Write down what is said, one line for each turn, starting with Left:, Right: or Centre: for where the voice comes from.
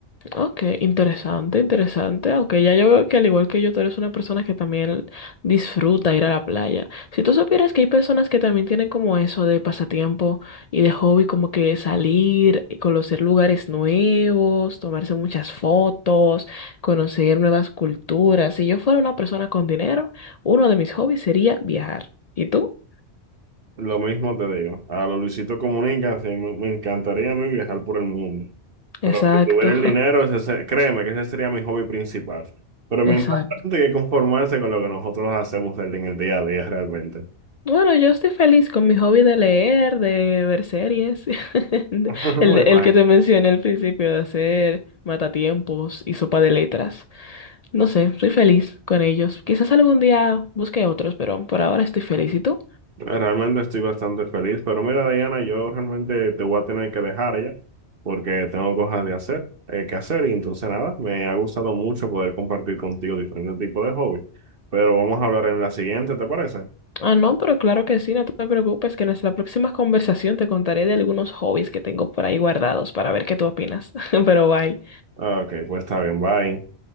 Left: Ok, interesante, interesante. Ok, ya yo veo que al igual que yo, tú eres una persona que también disfruta ir a la playa. Si tú supieras que hay personas que también tienen como eso de pasatiempo y de hobby, como que salir y conocer lugares nuevos, tomarse muchas fotos, conocer nuevas culturas. Si yo fuera una persona con dinero, uno de mis hobbies sería viajar. ¿Y tú?
Right: Lo mismo te digo, a los Luisito Comunica, sí, me, me encantaría a mí viajar por el mundo,
Left: Exacto,
Right: pero si tuviera el dinero, ese se- créeme que ese sería mi hobby principal, pero mientras
Left: <laughs> exacto.
Right: tanto hay que conformarse con lo que nosotros hacemos del- en el día a día realmente.
Left: Bueno, yo estoy feliz con mi hobby de leer, de ver series, <laughs> de-
Right: <laughs> Me
Left: el,
Right: imagino.
Left: el que te mencioné al principio, de hacer matatiempos y sopa de letras. No sé, estoy feliz con ellos. Quizás algún día busque otros, pero por ahora estoy feliz. ¿Y tú?
Right: Realmente estoy bastante feliz, pero mira, Diana, yo realmente te voy a tener que dejar ya, porque tengo cosas de hacer, eh, que hacer, y entonces nada, me ha gustado mucho poder compartir contigo diferentes tipos de hobbies, pero vamos a hablar en la siguiente, ¿te parece?
Left: Ah, no, pero claro que sí, no te preocupes, que en nuestra próxima conversación te contaré de algunos hobbies que tengo por ahí guardados para ver qué tú opinas. <laughs> Pero bye.
Right: Ah, Ok, pues está bien, bye.